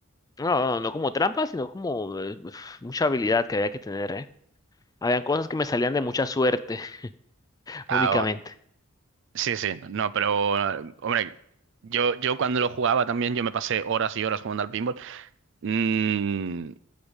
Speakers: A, on the left; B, on the right.
A: No, no, no como trampas, sino como eh, uf, mucha habilidad que había que tener, ¿eh? Habían cosas que me salían de mucha suerte <laughs>
B: Ah,
A: únicamente.
B: Sí, sí, no, pero eh, hombre, yo, yo cuando lo jugaba también, yo me pasé horas y horas jugando al pinball. Mm,